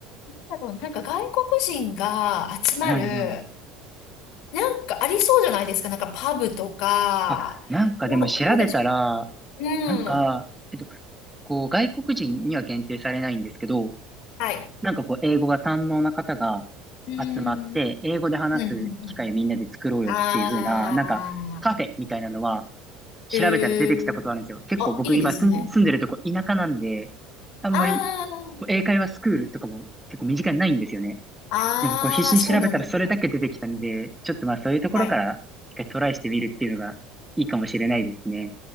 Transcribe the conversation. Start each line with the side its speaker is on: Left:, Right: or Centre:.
Left: だろう、なんか外国人が集まる、
Centre: はいはい
Left: なんかありそうじゃないですか。なんかパブとか、
Centre: あ、なんかでも調べたら、
Left: どう、どうでしょう。うん。
Centre: なんか、えっと、こう、外国人には限定されないんですけど、
Left: はい。
Centre: なんかこう、英語が堪能な方が
Left: うん。
Centre: 集まって、
Left: うん、
Centre: 英語で話す機会をみんなで作ろうよっていう風な、
Left: うん、うん。ああ、
Centre: なんかカフェみたいなのは調べたら出てきたことあるんですよ。
Left: へえ。
Centre: 結構僕今住ん住んでるとこ田舎なんで、
Left: あ、いいですね。
Centre: あんまり
Left: あ
Centre: こう英会話スクールとかも結構身近にないんですよね。
Left: あ、
Centre: でもこう必死に調べたらそれだけ出てきたんで、
Left: ああ、そうなんですね。
Centre: ちょっとまあそういうところから一回トライしてみるっていうのがいいかもしれないですね。
Left: はい。